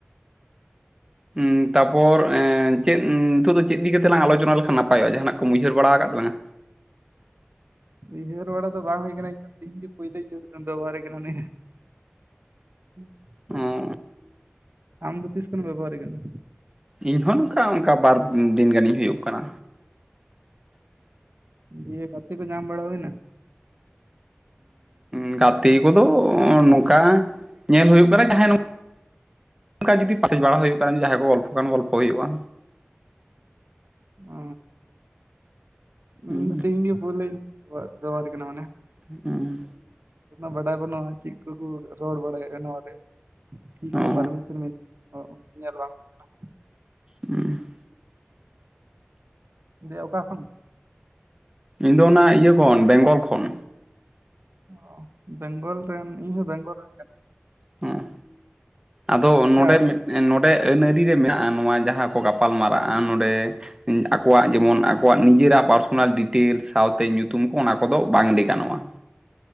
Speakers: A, on the right (about 15°); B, on the right (about 70°).
A: ᱦᱮᱸ ᱛᱟᱯᱚᱨ ᱮ ᱪᱮᱫ ᱱᱤᱛᱚᱜ ᱫᱚ ᱪᱮᱫ ᱤᱫᱤ ᱠᱟᱛᱮᱞᱟᱝ ᱟᱞᱳᱪᱚᱱᱟ ᱞᱮᱠᱷᱟᱱ ᱱᱟᱯᱟᱭᱚᱜ-ᱟ ᱡᱟᱦᱟᱱᱟᱜ ᱠᱚ ᱩᱭᱦᱟᱹᱨ ᱵᱟᱲᱟ ᱟᱠᱟᱫ ᱛᱟᱞᱟᱝᱟ
B: ᱩᱭᱦᱟᱹᱨ ᱵᱟᱲᱟ ᱫᱚ ᱵᱟᱝ ᱦᱩᱭ ᱠᱟᱱᱟ ᱤᱧᱫᱚ ᱛᱮᱦᱤᱧ ᱜᱮ ᱯᱩᱭᱞᱳᱧ ᱵᱮᱵᱚᱦᱟᱨᱮ ᱠᱟᱱᱟ ᱱᱤᱭᱟᱹ ᱩᱸ <unintelligible>
A: ᱚᱸ
B: ᱟᱢ ᱫᱚ ᱛᱤᱥ ᱠᱷᱚᱱᱮᱢ ᱵᱮᱵᱚᱦᱟᱨᱮ ᱠᱟᱱᱟ
A: ᱤᱧ ᱦᱚᱸ ᱱᱚᱝᱠᱟ ᱚᱱᱠᱟ ᱵᱟᱨ ᱫᱤᱱ ᱜᱟᱱᱤᱧ ᱦᱩᱭᱩᱜ ᱠᱟᱱᱟ
B: ᱤᱭᱟᱹ ᱜᱟᱛᱮ ᱠᱚ ᱧᱟᱢ ᱵᱟᱲᱟ ᱦᱩᱭᱱᱟ
A: ᱩ ᱜᱟᱛᱮ ᱠᱚᱫᱚ ᱱᱚᱝᱠᱟ ᱧᱮᱞ ᱦᱩᱭᱩᱜ ᱠᱟᱱᱟ ᱡᱟᱦᱟᱸ ᱚᱱᱠᱟ ᱡᱩᱫᱤ ᱯᱟᱥᱮᱡ ᱵᱟᱲᱟ ᱦᱩᱭᱩᱜ ᱠᱟᱱᱟ ᱡ ᱡᱟᱦᱟᱸᱭ ᱠᱚ ᱜᱚᱞᱯᱚ ᱠᱟᱱ ᱜᱚᱞᱯᱚ ᱦᱩᱭᱩᱜ-ᱟ
B: ᱚ
A: ᱦᱩᱸ
B: ᱤᱧᱫᱚ ᱛᱮᱦᱤᱧ ᱜᱮ ᱯᱳᱭᱞᱳ ᱵᱮᱵᱚᱦᱟᱨ ᱠᱟᱱᱟ ᱢᱟᱱᱮ
A: ᱦᱸ
B: ᱩᱱᱟᱹᱜ ᱵᱟᱰᱟᱭ ᱵᱟᱹᱱᱩᱜ-ᱟ ᱪᱮᱫ ᱠᱚᱠᱚ ᱨᱚᱲ ᱵᱟᱲᱟᱭᱮᱫ-ᱟ ᱱᱚᱣᱟᱨᱮ ᱪᱮᱫ
A: ᱚ
B: ᱠᱚ ᱯᱟᱨᱢᱤᱥᱮᱱ ᱠᱩ ᱧᱮᱞ ᱵᱟᱝ ᱦᱩᱭ ᱠᱟᱱᱟ
A: ᱦᱩᱢᱸ
B: ᱫᱤᱭᱮ ᱚᱠᱟ ᱠᱷᱚᱱ
A: ᱤᱧ ᱫᱚ ᱚᱱᱟ ᱤᱭᱟᱹ ᱠᱷᱚᱱ ᱵᱮᱝᱜᱚᱞ ᱠᱷᱚᱱ
B: ᱚ ᱵᱮᱝᱜᱚᱞ ᱨᱮᱱ ᱤᱧ ᱦᱚᱸ ᱵᱮᱝᱜᱚᱞ ᱨᱮᱱ ᱠᱟᱱᱟ
A: ᱦᱩᱸ ᱟᱫᱚ
B: ᱚᱠᱟ
A: ᱱᱚᱸᱰᱮ ᱱᱚᱸᱰᱮ ᱟᱹᱱ ᱟᱹᱨᱤ ᱨᱮ ᱢᱮᱱᱟᱜ-ᱟ ᱱᱚᱣᱟ ᱡᱟᱦᱟᱸ ᱠᱚ ᱜᱟᱯᱟᱞ ᱢᱟᱨᱟᱜ-ᱟ ᱱᱚᱰᱮ ᱟᱠᱚᱣᱟᱜ ᱡᱮᱢᱚᱱ ᱟᱠᱚᱣᱟᱜ ᱱᱤᱡᱮᱨᱟᱜ ᱯᱟᱨᱥᱳᱱᱟᱞ ᱰᱤᱴᱮᱞᱥ ᱥᱟᱶᱛᱮ ᱧᱩᱛᱩᱢ ᱠᱚ ᱚᱱᱟ ᱠᱚᱫᱚ ᱵᱟᱝᱞ ᱜᱟᱱᱚᱜ-ᱟ